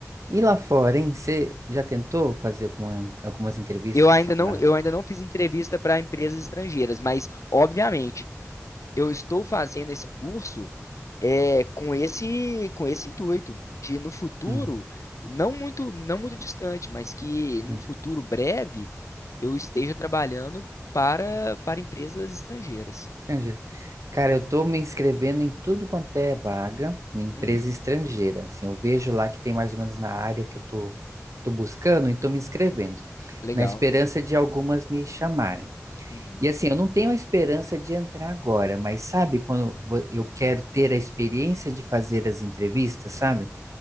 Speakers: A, on the right (about 80°); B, on the left (about 75°).
A: E lá fora, hein? Você já tentou fazer alguma- algumas entrevistas
B: Eu ainda não,
A: lá?
B: eu ainda não fiz entrevista para empresas estrangeiras, mas obviamente eu estou fazendo esse curso é, com esse com esse intuito de no futuro,
A: Hum,
B: não muito não muito distante, mas que no
A: hum.
B: futuro breve eu esteja trabalhando para para empresas estrangeiras.
A: Estrangeiro. Cara, eu tô me inscrevendo em tudo quanto é vaga, em empresa
B: Uhum,
A: estrangeira. Assim, eu vejo lá que tem mais ou menos na área que eu tô, tô buscando e tô me inscrevendo,
B: legal.
A: na esperança de algumas me chamarem.
B: Uhum.
A: E assim, eu não tenho a esperança de entrar agora, mas sabe quando vo- eu quero ter a experiência de fazer as entrevistas, sabe?